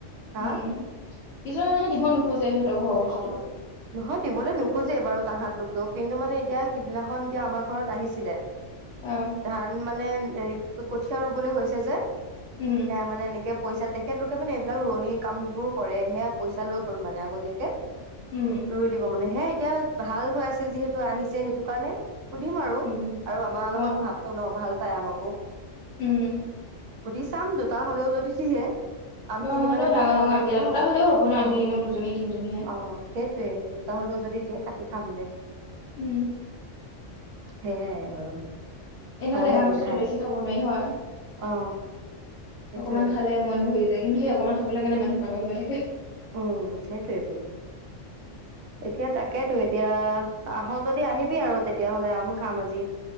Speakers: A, on the right (about 75°); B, on the left (about 65°).
A: হা
B: উম কিছুমান মানুহে দিব নোখোজে সিহঁতৰ ঘৰৰ বস্তু
A: অ নহয় দিবলৈ নোখোজেই বাৰু তাহত লোক ক কিন্তু মানে এতিয়া সিদিনাখন এতিয়া আমাৰ ঘৰত আহিছিলে।
B: অ
A: ধান, মানে এই কঠীয়া, ৰুবলৈ হৈছে। যে
B: উম
A: সে মানে এনেকে পইচা তেখেতলোকে মানে এইবিলাক ৰোৱনিৰ কামবোৰ কৰে সেয়া পইচা লৈ গ'ল মানে আগতীয়াকে
B: উম
A: ৰুই দিব মানে হে এতিয়া ভাল হৈ আছে যিহেতু আহিছে সেইটো কাৰণে সুধিম আৰু
B: উম
A: আৰু আমাৰ লগত
B: অ
A: ভাল ন ভাল প মাক
B: উম
A: সুধ চাম দুতা হলেও যদি দিয়ে আমখিনি
B: অ এনেও
A: মানে বৰ
B: ডাঙৰ
A: ভাল
B: ডাঙৰ
A: লাগে
B: আমকেইটা
A: ন
B: দুটা হলেও হ'ব ন আমি
A: অ
B: এনেও দুজনী তিনিজনীহে
A: অ সেইটোৱে দুোতা হলেও যদি দিয়ে কাট খাম দে
B: উম
A: সেইয়াই আৰু
B: এনেও
A: ভাল
B: টেঙা
A: লাগে
B: বস্তুটো
A: খাই
B: বেছি খাব নোৱাৰি হয়
A: অ সেইটোয়ে
B: অকমান খালে ম বহি যায় কিন্তু সেই অকমান খাববলৈ কাৰণে মানুহ পাগল হৈ থাকে।
A: উম সেইটোয়েইটো এতিয়া তাকেইেতো এতিয়া আহ যদি আহিবি আৰু তেতিয়াাহলে আম খাম আজি।